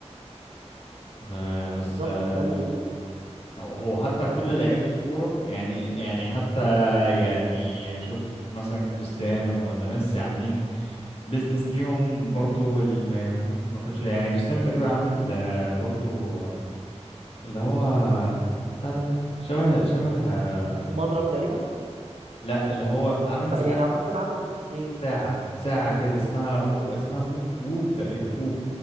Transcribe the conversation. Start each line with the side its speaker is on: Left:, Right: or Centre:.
Left: ف- بس
Right: بالظبط
Left: آه،
Right: فده اللي بقول
Left: هو حتى كل لعيبة الكورة يعني يعني حتى يعني شوف مثلا كريستيانو ولا ميسي عاملين بيزنس ليهم برضو اللي ما- ممكن ما يكونش يعني كريستيانو تقريبا عامل آه، برضو اللي هو بتاع ده شبه شبه آه،
Right: المضرب تقريبا
Left: لا اللي هو عامل
Right: ما- يعني اعتقد عامل ايه
Left: ساعة ساعة كده اسمها هو اسمها هوب ووب تقريبا ووب